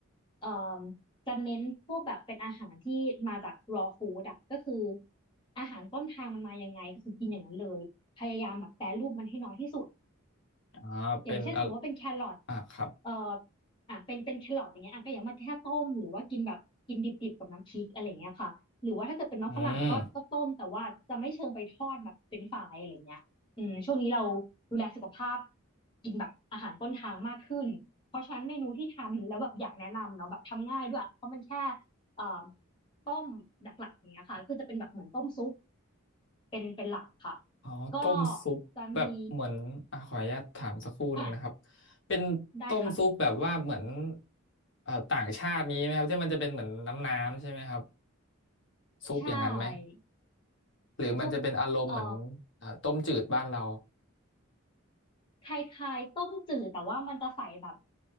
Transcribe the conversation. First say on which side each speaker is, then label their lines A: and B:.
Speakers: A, on the left; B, on the left.
A: เอ่อ จะเน้นพวกแบบเป็นอาหารที่มาจาก raw food อะก็คืออาหารต้นทางมันมายังไงก็คือกินอย่างนั้นเลยพยายามแบบแปรรูปมันให้น้อยที่สุด
B: อ่าเป็นอะ
A: อย่างเช่นสมมติว่าเป็นแครอท
B: อ่าครับ
A: เอ่ออ่ะเป็นเป็นแครอทอย่างเงี้ยอ่ะก็อย่ามาแค่ต้มหรือว่ากินแบบกินดิบๆกับน้ำพริกอะไรเงี้ยค่ะหรือว่าถ้าเกิดเป็นน้องฝรั่งก็ก็ต้มแต่ว่าจะไม่เชิงไปทอดแบบเป็นฝายอะไรเงี้ยอืมช่วงนี้เราดูแลสุขภาพ
B: อืม
A: กินแบบอาหารต้นทางมากขึ้นเพราะฉะนั้นเมนูที่ทำแล้วแบบอยากแนะนำเนาะแบบทำง่ายด้วยเพราะมันแค่เอ่อต้มหลักๆอย่างเงี้ยค่ะก็คือจะเป็นแบบเหมือนต้มซุปเป็นเป็นหลักค่ะ
B: อ๋อต้มซุปแบบเหมือนอ่าขออนุญาตถามสักครู่หนึ่งนะครับ
A: ก็จะมีอ่ะ
B: เป็นต้มซุปแบบว่าเหมือน
A: ได้ค่ะ
B: เอ่อต่างชาตินี้ไหมครับที่มันจะเป็นเหมือนน้ำน้ำใช่ไหมครับซุปอย่างนั้นไหม
A: ใช่
B: หรือมันจะเป็นอารมณ์เหมือน
A: ซุปเอ่อ
B: เอ่อต้มจืดบ้านเรา
A: คล้ายๆต้มจืดแต่ว่ามันจะใส่แบบ